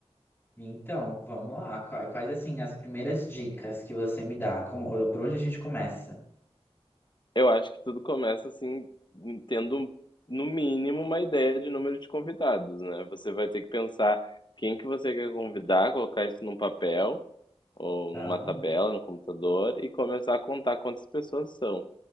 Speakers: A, on the left; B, on the left.
A: Então, vamos lá. Quais, quais assim, as primeiras dicas que você me dá? Como, por onde a gente começa?
B: Eu acho que tudo começa assim, tendo no mínimo uma ideia de número de convidados, né? Você vai ter que pensar quem que você quer convidar, colocar isso num papel ou
A: Tá,
B: numa tabela no computador e começar a contar quantas pessoas são.